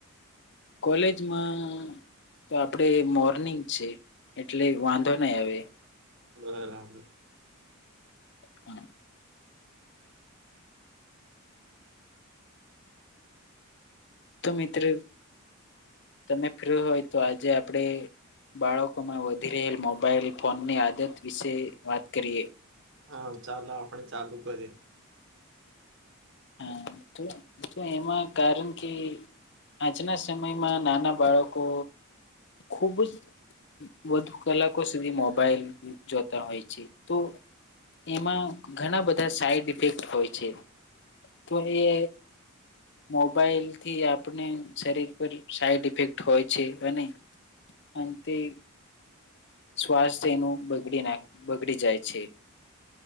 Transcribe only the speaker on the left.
કોલેજમાં તો આપણેે મોર્નિંગ છે એટલે વાંધો નય આવે
<inaudible> તો મિત્ર તમે ફ્ર હોય તો આજે આપણેે બાળકોમાં વધી રહેલ મોબાઈલ ફોનની આદત વિશે વાત કરીએ.
હા તો એમાં કારણ કે આજના સમયમાં નાના બાળકો ખુબ જ વધુ કલાકો સુધી મોબાઈલ જોતા હોય છે તો એમાં ઘણા બધા સાઈડ ઇફેક્ટ હોય છે તો એ મોબાઈલ થી આપણે શરીર પર સાઈડ ઇફેક્ટ હોય છે <unintelligible> અન તે સ્વાસ્થ્યનું બગડી નાખ બગડી જાય છે.